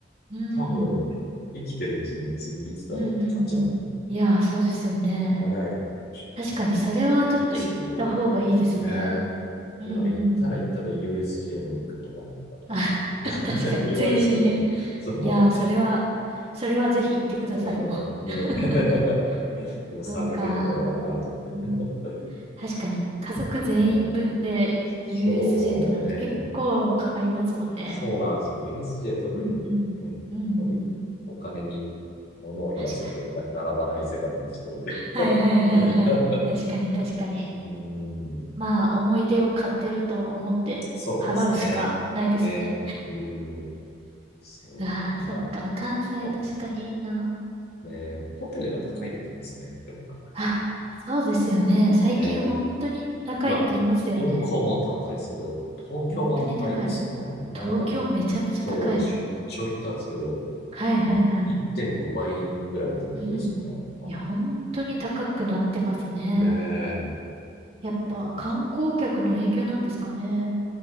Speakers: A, on the right (about 30°); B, on the left (about 55°).
A: うん。
B: 多分、生きてるうちに次いつだろうって感じなんで。
A: うんうんうん。
B: ね
A: いやー、そうですよね。
B: え、ちょっと行ってみたいですけど、
A: 確かにそれはちょっと行った方がいいですね。
B: ねえ。
A: うんうんうん。
B: でもなんか行ったら行ったで USJ も行くとかなんか
A: あ、<laughs> 確かに、
B: <laughs> 言われそうなんで、
A: ついでにね。
B: その、
A: いやー、それは、それはぜひ行ってください、
B: <laughs> うん、
A: もう。
B: ねえ。
A: <laughs>
B: <laughs> 予算が結構上がるなと思って。
A: そうか。うん
B: <laughs> ね
A: 確かに、家族全員分で
B: えそうね。
A: USJ ってなると結構かかりますもんね。
B: そうなんですよ。USJ 特に、
A: うんうん。
B: ね、
A: うんうん。
B: やっぱりお金に物を言わせてな並ばない世界になってきてるんで。
A: 確かに。はいはいはいはい。
B: <laughs> う
A: 確かに確かに。
B: ーん、
A: まあ、思い出を買ってると思って払うしかないですね。
B: そうですね。ね、うん、そう、
A: ああ、
B: なんか、
A: そっか。関西確かにいいな。
B: ほね、ホテルが高いって言いますよね、
A: うん
B: やっぱり今
A: あ、そうですよね。最近本当に高いって言いますよね。
B: ね。まあ、どこも高いですけど、東京も高いですよね。
A: 本当に高い。
B: この間、
A: 東京めちゃめちゃ高い。
B: そう、出張行ったんですけど、
A: はいはいはい。
B: なんか1.5倍ぐらいの感覚ですよね。
A: うん。
B: 前よ
A: いや、本当に高くなってますね。
B: ねえ。
A: やっぱ観光客の影響なんですかね。
B: 本当に